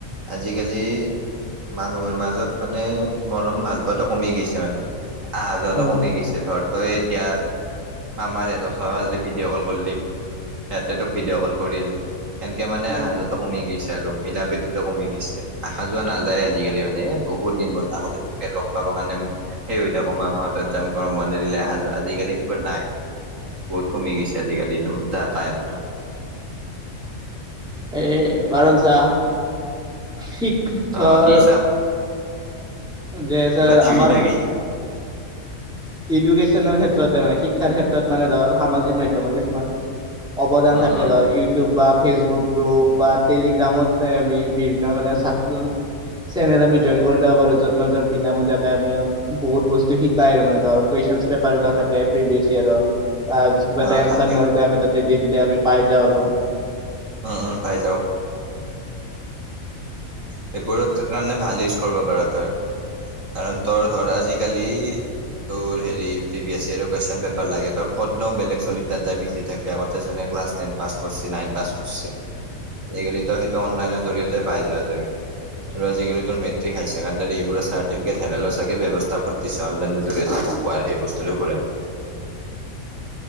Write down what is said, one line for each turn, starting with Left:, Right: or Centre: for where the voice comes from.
Right: আজিকালি মানুহৰ মাজত মানে মৰম ভাল পোৱাটো কমি গৈছি মানে আহা যোৱাতু
Centre: অ',
Right: কমি গৈছি ধৰ তই এতিয়া মামাৰ সিহঁতক চাৱা যদি ভিডিঅ' কল কৰিলি সিহঁতে তোক ভিডিঅ' কল কৰিল। এনকে মানে
Centre: উম
Right: আহা -যোৱাটো কমি গৈছি। মিলা-প্ৰীতিটো কমি গৈছে আহা-যোৱা নাযায় আজিকালি মানে বহুত দিন বোৰ আগতে যেনকে লগ পাব কাৰণে সেই হৈ থাকো মামাহঁতত যাম কবাত মন্দিৰলে আহা, - যোৱা আজিকালি সেইবোৰ নাই। বহুত কমি গৈছে আজিকালি এইটো যাতায়াতটো।
Centre: এ' বাৰো সুঞ্চা শিক
Right: আহ
Centre: ধৰ
Right: কি চাম
Centre: যে, <unintelligible>
Right: কিবা দিবি
Centre: আমাৰ
Right: নেকি
Centre: এডুকেশ্যনৰ ক্ষেত্ৰতে মানে শিক্ষাৰ ক্ষেত্ৰত মানে ধৰ, সামাজিক মাধ্যমৰ কিছুমান অৱদান
Right: উম
Centre: থাকে
Right: উম
Centre: ধৰ ইউটিউব বা ফেচবুক গ্ৰুপ বা টেলিগ্ৰামত আমি বিভিন্ন মানে ছাত্ৰ চেনেল আমি জইন কৰি লব বাৰু য'ত মানে ধৰ বিনামূলীয়াকে আমিয় বহুত বস্তু শিকাই আৰু মানে ধৰ কুৱেশন পেপাৰ বিলাক থাকে প্ৰিভিয়াছ ইয়েৰ ত' আজি কিবা
Right: অ
Centre: এটা এনঞ্চাৰ
Right: থাকে
Centre: নোৱাৰিলে আমি তাতে দি দিলে আমি পাই যাওঁ আৰু
Right: অহ - অহ পাই যাওঁ। সেইবোৰত কাৰণে ভাল ইউজ কৰব পাৰা তই কাৰণ, তোৰ ধৰ আজিকালি তোৰ হেৰি প্ৰি বি এছি আৰু কুৱেশন পেপাৰ লাগে। তই কতনো বেলেগ চলিৰ তাত যাবি থাকবি আগত চাচোন নে ক্লাছ টেন পাছ কৰচি, নাইন পাছ কৰিচি আজি কালিটো সেইটো অনলাইনৰ জৰিয়তে পাই যোৱা যায়। <inaudible> আৰু আজিকালি ত মেটিক হাই ছেকেণ্ডাৰী এইবোৰৰ চাৰ্টিফিকেট <unintelligible> ব্যৱস্থা ওপৰত দিছে অনলাই যোগেদি। বাৰ সেই বস্তুটো ঘূৰাই